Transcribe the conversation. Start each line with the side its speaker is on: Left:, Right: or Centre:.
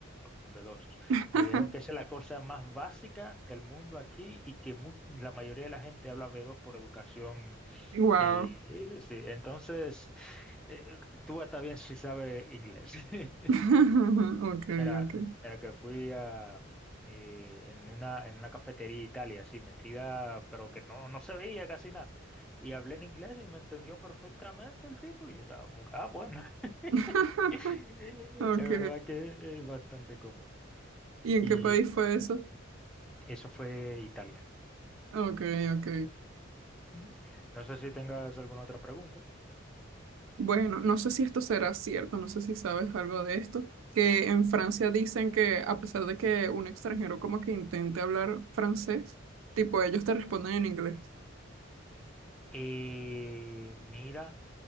Centre: un B2,
Right: <laughs>
Centre: me dijeron que esa es la cosa más básica del mundo aquí y que mu- la mayoría de la gente habla B2 por educación
Right: Wow.
Centre: Y, y sí, entonces, eh, Tua también sí sabe inglés. <laughs>
Right: <laughs> Ok,
Centre: Mira,
Right: ok.
Centre: mira que fui a, eh, en una, en una cafetería de Italia, así metida, pero que no, no se veía casi nada. Y hablé en inglés y me entendió perfectamente el tipo. Y yo estaba como que, ah, bueno. <laughs>
Right: <laughs>
Centre: Es
Right: Ok.
Centre: verdad que es bastante común.
Right: ¿Y en
Centre: Y
Right: qué país fue eso?
Centre: eso fue Italia.
Right: Ok, ok.
Centre: Ujú. No sé si tengas alguna otra pregunta.
Right: Bueno, no sé si esto será cierto, no sé si sabes algo de esto, que en Francia dicen que a pesar de que un extranjero como que intente hablar francés, tipo ellos te responden en inglés.
Centre: Eh, mira